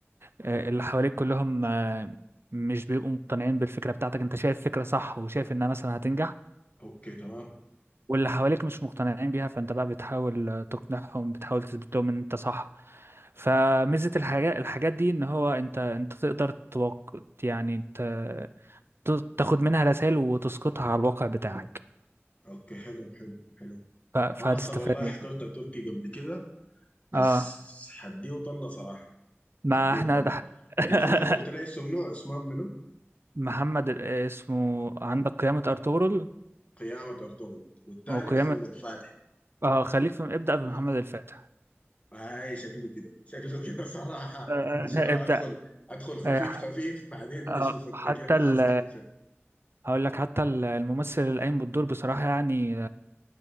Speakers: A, on the right; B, on the left.
A: آه، اللي حواليك كلهم آه، مش بيبقوا مقتنعين بالفكره بتاعتك انت شايف فكره صح وشايف انها مثلا هتنجح
B: اوكي تمام
A: واللي حواليك مش مقتنعين بيها فانت بقى بتحاول تقنعهم بتحاول تثبت لهم ان انت صح فميزة الحاجات الحاجات دي ان هو انت انت تقدر توق... يعني انت ت- تاخد منها رسائل وتسقطها على الواقع بتاعك
B: اوكي حلو حلو حلو
A: ف... فهتستفاد
B: ما حصل والله
A: يعني
B: حضرت تركي قبل كده بس
A: اه
B: حديه وطلة صراحة
A: ما
B: حديه
A: احنا
B: وطلة
A: ده <laughs>
B: الاول قلت لي اسم نوع اسمه منو
A: محمد ال- اسمه عندك قيامة ارطغرل
B: قيامة ارطغرل والثاني
A: وقيامة
B: محمد الفاتح
A: اه خليك في ابدأ بمحمد
B: م- م-
A: الفاتح
B: هاي شكله كده شكله كده صراحة
A: آه،
B: انا شنو
A: <laughs> ابدأ
B: ادخل ادخل خفيف
A: آه،
B: خفيف بعدين نشوف
A: آه،
B: التقيل
A: حتى
B: حاصل
A: ال
B: فيه شنو
A: هقول لك حتى ال- الممثل اللي قايم بالدور بصراحة يعني